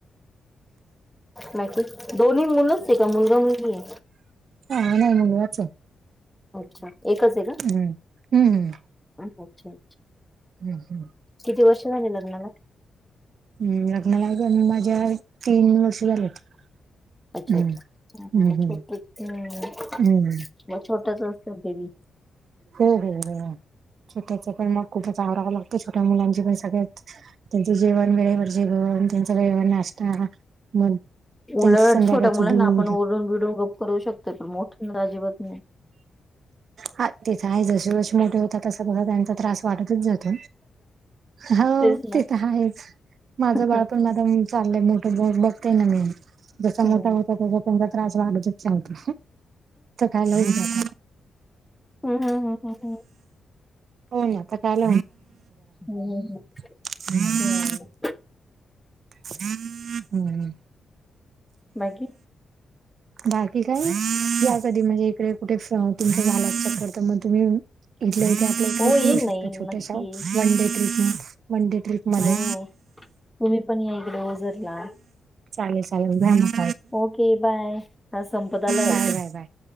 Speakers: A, in the centre; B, on the right.
A: बाकी. दोन्ही मुलचय का? मुलगा, मुलगीय?
B: हा, नाही. मुलगाचय.
A: अच्छा. एकचय का?
B: हम्म हम्म
A: अच्छा- अच्छा.
B: हम्म
A: किती वर्ष झाली लग्नाला?
B: हम्, लग्नाला झाली माझ्या, तीन वर्ष झालेत.
A: अच्छा-
B: हम्म
A: अच्छा.
B: हम्म
A: म
B: हम्म
A: छोटं, अं
B: हम्म
A: मग छोटच असलं बेबी.
B: हो. हो. हो. छोट्याच पण मग खूपच आवराव लागत. छोट्या मुलांची पण सगळ त्यांचं जेवण वेळेवर जेवन, त्यांचा वेळेवर नाश्ता मग
A: उलट
B: त्यांच संध्याकाळचं
A: छोट्या मुलांना
B: दूध
A: आपण ओरून बिडून गप करू शकतोय. पण मोठं अजिबात नाही.
B: हा. ते तर आहे. जशी जशी मोठे होतात तसं बघा त्यांचा त्रास वाढतच जात. हाव
A: तेच ना.
B: ते तर आहेच. माझं बाळ
A: हं.
B: पण माझ चालय मोठ बघते ना मी, जसा
A: हं,
B: मोठा होता तसा त्यांचा त्रास वाढत चालत काय <unintelligible>
A: हं, हं, हं, हं.
B: हो ना, आता काल
A: हं,
B: <unintelligible> <unintelligible>
A: हं, हं.
B: हम्म.
A: बाकी
B: बाकी काय, या कधी म्हणजे इकडे कुठे तुमच झालं तर, मग तुम्ही इथल्या इथे आपल्या इकडे
A: हो येईल
B: येऊ शकता.
A: ना येईल
B: छोट्याशा
A: नक्की येईल.
B: One day trip one day ट्रीपमध्ये.
A: हो, हो. तुम्ही पण या इकडे ओझरला.
B: चालेल. चालेल. बाय.
A: ओके, बाय, हा संपत आलाय वाटतं.
B: बाय बाय बाय